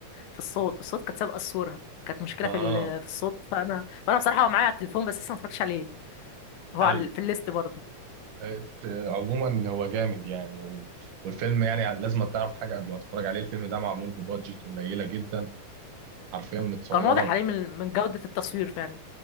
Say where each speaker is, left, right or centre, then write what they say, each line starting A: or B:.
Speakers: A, on the left; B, on the right.
A: في الصوت الصوت كانت سابقه الصوره كانت مشكله
B: اه
A: في ال- في الصوت فانا فانا بصراحه هو معايا على التليفون بس لسه ما اتفرجتش عليه هو
B: حلو
A: على في الليست برضه
B: ات- عموما هو جامد يعني و- والفيلم يعني لازم تعرف حاجه قبل ما تتفرج عليه الفيلم ده معمول ببادجت قليله جدا حرفيا متصوره
A: كان واضح عليه من من جوده التصوير فعلا